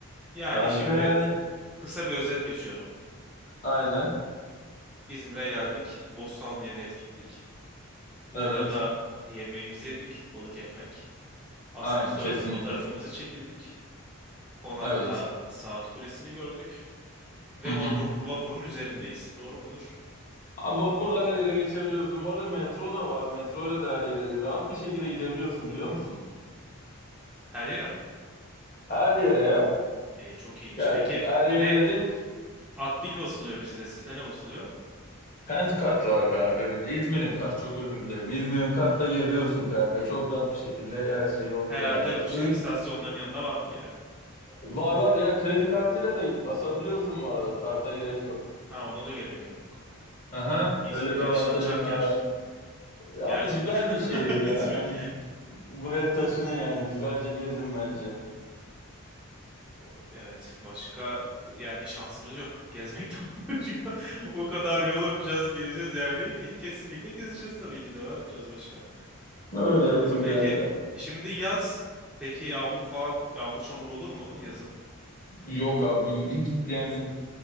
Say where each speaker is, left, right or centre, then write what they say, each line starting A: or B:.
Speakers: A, in the centre; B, on the left.
A: Yani
B: Kanka
A: şimdi
B: yani
A: kısa bir özet geçiyorum.
B: aynen
A: İzmir'e geldik. Bostanlı'ya net gittik. Urla'da
B: evet
A: yemeğimizi yedik. Balık ekmek. Asansörde
B: aynen kesinlikle
A: fotoğrafımızı çekildik. Konakta
B: evet.
A: saat kulesini gördük. ve
B: Hı hı.
A: vapur vapurun üzerindeyiz. Doğru mudur?
B: Abi vapurla her yere geçebiliyoruz. Bu arada metro da var. Metro ile de her yere rahat bir şekilde gidebiliyorsun biliyor musun?
A: Her yere mi?
B: Her yere ya.
A: İyi, çok iyiymiş.
B: Ya
A: Peki
B: her yere
A: ne
B: dediğim
A: akbil basılıyor bizde? Sizde ne basılıyor?
B: hand kart var kanka. Biz- İzmir'im kart çok özür dilerim. İzmir'im kartla geziyorsun kanka.
A: Hmm.
B: Çok rahat bir şekilde her şey oluyor
A: Herhalde
B: yani.
A: şey,
B: Uy-
A: istasyonların yanında vardır yani.
B: var var ya kredi kartıyla da basabiliyorsun bu arada. Karta gerek yok.
A: Ha ona da gerek yok.
B: Aha,
A: O İzmir
B: öyle bir
A: yaşanacak
B: avantajı da
A: yer.
B: var. Ya
A: Gerçekten
B: Abi güzel bir şehir ya.
A: <laughs> İzmir.
B: Hani buraya taşının yani güzelce gezin bence.
A: O, evet başka yani şansımız yok. Gezmekten <laughs> başka. O kadar yol yapacağız geleceğiz yani. Kesinlikle gezeceğiz tabii ki de. Ne yapacağız başka?
B: Öyle yapın
A: E, peki
B: kanka.
A: şimdi yaz. Peki yağmur falan yağmur çamur olur mu yazın?
B: Yok abi hiç yani